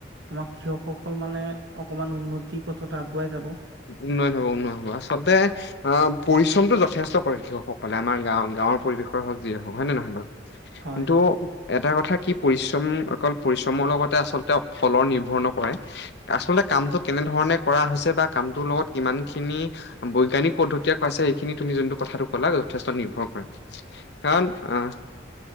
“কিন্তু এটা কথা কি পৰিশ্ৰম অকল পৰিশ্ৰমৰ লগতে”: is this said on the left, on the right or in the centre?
Left